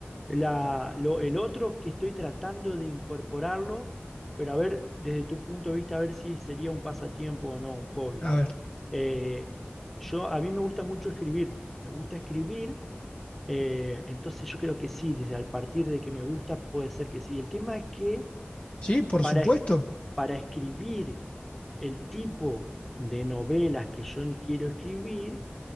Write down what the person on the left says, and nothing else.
A ver,
sí, por
supuesto.